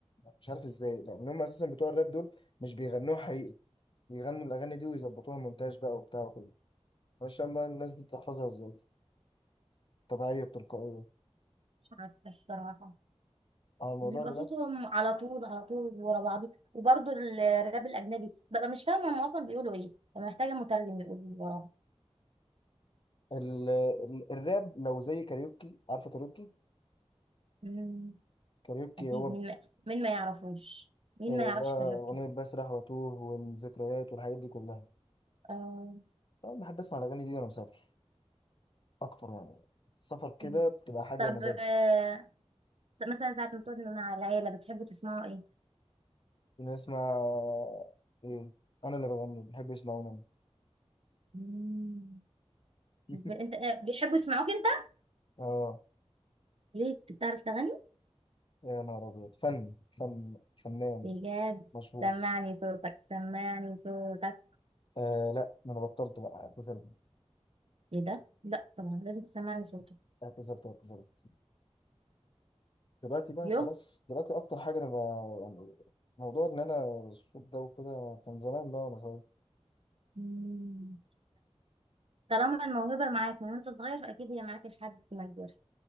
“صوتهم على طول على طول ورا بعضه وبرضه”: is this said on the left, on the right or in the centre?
Right